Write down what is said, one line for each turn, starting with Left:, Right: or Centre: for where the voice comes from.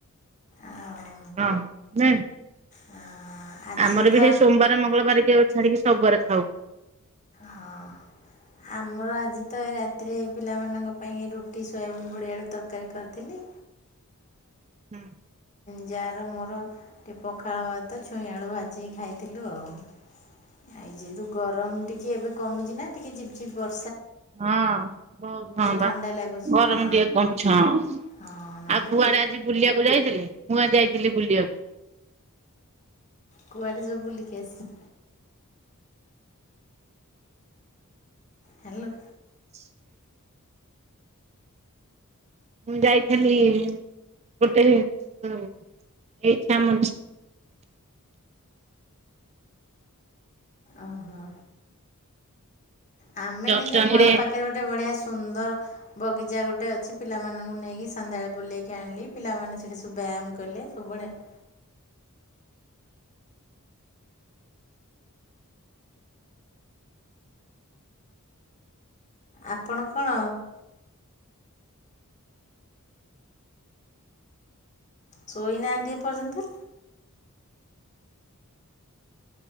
Left: ଆଉ
Right: ହଁ ଜାଣି
Left: ହଁ। ଆଜି
Right: ଆମର
Left: ତ
Right: ବି ସେଇ ସୋମବାର ମଙ୍ଗଳବାର କି ଛାଡିକି ସବୁବାର ଖାଉ।
Left: ହଁ ଆମର ଆଜି ତ ଏଇ ରାତିରେ ପିଲାମାନଙ୍କ ପାଇଁ ରୁଟି ସୋୟାବିନ୍ ବଡ଼ି ଆଳୁ ତରକାରୀ କରିଥିଲି।
Right: ହୁଁ।
Left: ଜା ର ମୋର ଟିକିଏ ପଖାଳ ଭାତ ଛୁଇଁ ଆଳୁ ଭାଜିକି ଖାଇଥିଲୁ ଆଉ। ଆଇ ଯେହେତୁ ଗରମ ଟିକେ ଏବେ କମିଚି ନା ଟିକେ ଝିପ୍ ଝିପ୍ ବ
Right: ହଁ ବହୁତ ହଁ ବା
Left: ଥଣ୍ଡା ଲାଗୁଛି
Right: ଗରମ
Left: ହଁ।
Right: ଟିକେ କମିଛି ହଁ
Left: ହଁ ନହେଲେ
Right: ଆଉ କୁଆଡେ
Left: କେ
Right: ଆଜି ବୁଲିବାକୁ ଯାଇଥିଲେ? ମୁଁ ଆଜି ଯାଇଥିଲି ବୁଲିବାକୁ।
Left: କୁଆଡ଼େ ସବୁ ବୁଲିକି ଆସି ହାଲୋ।
Right: <inaudible> ମୁଁ ଯାଇଥିଲି ଗୋଟେ ଏଇଠି ଆମ
Left: ଓ ହୋ। ଆମେ
Right: ଜଟଣୀରେ
Left: କିନ୍ତୁ ଏଇ ଘର ପାଖରେ ଗୋଟେ ବଢିଆ ସୁନ୍ଦର ବଗିଚା ଗୋଟେ ଅଛି ପିଲାମାନଙ୍କୁ ନେଇକି ସନ୍ଧ୍ୟାବେଳେ ବୁଲେଇକି ଆଣିଲି ପିଲାମାନେ ସେଠି ସବୁ ବ୍ୟାମ୍ କଲେ। ସବୁ ଆଡେ <inaudible> ଆପଣ କଣ? ଶୋଇନାହାନ୍ତି ଏପର୍ଯ୍ୟନ୍ତ?